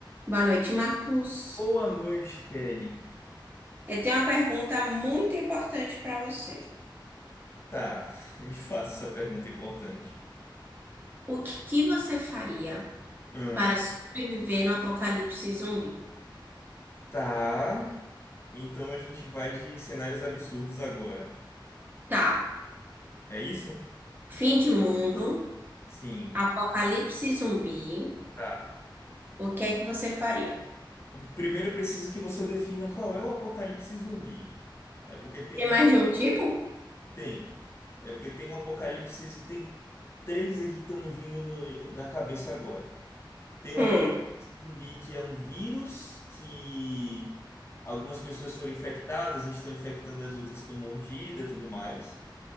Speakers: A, on the right; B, on the left.
A: Boa noite, Marcos.
B: Boa noite, Kelly.
A: Eu tenho uma pergunta muito importante para você.
B: Tá, <laughs> me faça essa pergunta importante.
A: O que você faria
B: Hum,
A: para sobreviver no apocalipse zumbi?
B: tá, então a gente vai de cenários absurdos agora.
A: Tá,
B: É isso?
A: fim de mundo,
B: Sim,
A: apocalipse zumbi.
B: tá.
A: O que é que você faria?
B: O- Primeiro eu preciso que você defina qual é o apocalipse zumbi. É porque tem,
A: Tem mais de um tipo?
B: tem. É porque tem um apocalipse, tem três aqui que estão me vindo no- na cabeça agora. Tem uma
A: Hum,
B: zumbi que é um vírus que algumas pessoas foram infectadas e estão infectando as outras com mordida e tudo mais.